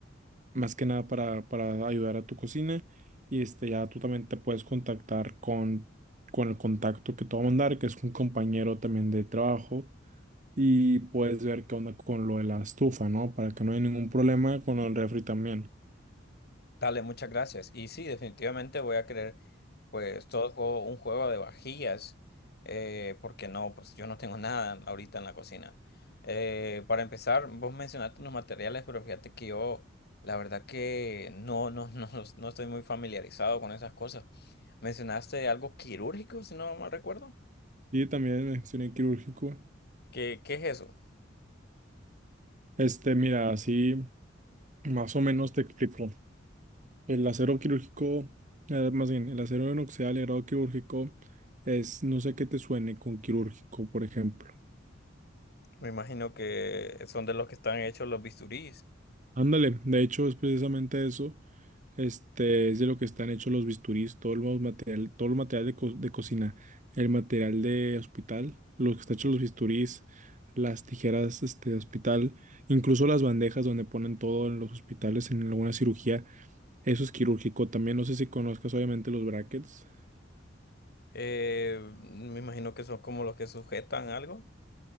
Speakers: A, on the right; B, on the left.
A: más que nada para, para ayudar a tu cocina. Y este, ya tú también te puedes contactar con, con el contacto que te va a mandar, que es un compañero también de trabajo. Y puedes ver qué onda con lo de la estufa, ¿no? Para que no haya ningún problema con el refri también.
B: Dale, muchas gracias. Y sí, definitivamente voy a querer, pues, todo juego, un juego de vajillas, eh, porque no, pues yo no tengo nada ahorita en la cocina. Eh, para empezar, vos mencionaste unos materiales, pero fíjate que yo, la verdad que no, no, <laughs> no, los- no estoy muy familiarizado con esas cosas. Mencionaste algo quirúrgico, si no mal recuerdo.
A: Y también accioné quirúrgico.
B: ¿Qué, qué es eso?
A: Este, mira, así más o menos te explico. El acero quirúrgico, eh, más bien, el acero inoxidable de grado quirúrgico es, no sé qué te suene con quirúrgico, por ejemplo.
B: Me imagino que son de los que están hechos los bisturís.
A: Ándale, de hecho es precisamente eso. Este, es de lo que están hechos los bisturís, todo el material, todo el material de, co- de cocina, el material de hospital, lo que está hecho los bisturís, las tijeras, este, de hospital, incluso las bandejas donde ponen todo en los hospitales en alguna cirugía Eso es quirúrgico también. No sé si conozcas obviamente los brackets.
B: Eh, me imagino que son como los que sujetan algo.